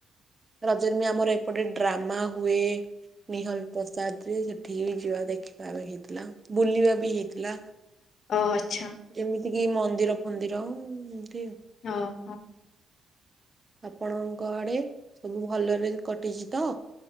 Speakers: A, on the right; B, on the left.
A: ରଜନୀ ଆମର ଏପଟେ ଡ୍ରାମା ହୁଏ ନିହଲ ପ୍ରସାଦ ରେ ସେଠିକି ବି ଯିବା ଦେଖି। <unintelligible> ହେଇଥିଲା ବୁଲିବା ବି ହେଇଥିଲା।
B: ଓ ଆଛା
A: ଏମିତି କିି ମନ୍ଦିର ଫନ୍ଦିର ଏମିତି ଆଉ।
B: ହଁ।
A: ଆପଣଙ୍କ ଆଡେ ସବୁ ଭଲରେ କଟିଛି ତ?